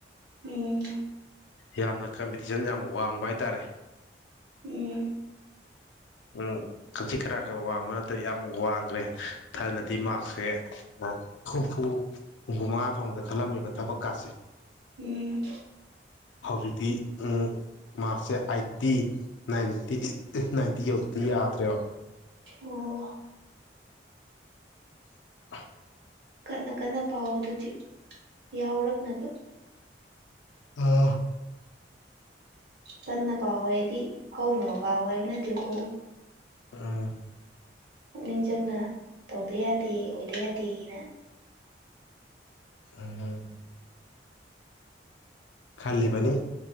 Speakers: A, on the right; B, on the left.
A: ꯎꯝ
B: ꯌꯥꯝꯅ ꯀꯝꯄꯤꯇꯤꯁꯟ ꯌꯥꯝ ꯋꯥꯡꯕ ꯍꯥꯏꯇꯥꯔꯦ
A: ꯎꯝ
B: ꯎꯝ ꯈꯖꯤꯛ ꯈꯔꯥꯛꯀꯥ ꯋꯥꯡꯕ ꯅꯠꯇ꯭ꯔꯦ ꯌꯥꯝ ꯋꯥꯡꯈ꯭ꯔꯦ ꯊꯥꯢꯅꯗꯤ ꯃ꯭ꯥꯔꯛꯁꯁꯦ ꯍꯨꯝꯐꯨ ꯍꯨꯝꯐꯨ ꯃꯉꯥ ꯐꯪꯕꯗ ꯈꯜꯂꯝꯃꯦꯕ ꯊꯕꯛꯀꯥꯁꯦ
A: ꯎꯝ
B: ꯍꯧꯖꯤꯛꯇꯤ ꯎꯝ ꯃꯥꯔꯛꯁꯁꯦ ꯑꯥꯏꯠꯇꯤ ꯅꯥꯏꯟꯇꯤ ꯅꯥꯏꯟꯇꯤ ꯌꯧ ꯊꯤ ꯌꯥꯗ꯭ꯔꯦꯕ
A: ꯑꯣ
B: <unintelligible>
A: ꯀꯟꯅ ꯀꯟꯅ ꯄꯥꯎ ꯑꯗꯨꯗꯤ ꯌꯥꯎꯔꯛꯅꯕ
B: ꯎꯝ
A: ꯀꯟꯅ ꯄꯥꯎꯋꯣ ꯍꯥꯏꯗꯤ ꯍꯧꯅ ꯄꯥꯎꯋꯦ ꯍꯥꯏꯕ ꯅꯠꯇꯦꯀꯦ
B: ꯑꯥ
A: ꯄꯨꯛꯅꯤꯡ ꯆꯪꯅ ꯇꯧꯗ ꯌꯥꯗꯦ ꯑꯣꯏꯗ ꯌꯥꯗꯦꯅ
B: ꯑꯥ ꯈꯜꯂꯤꯕꯅꯤ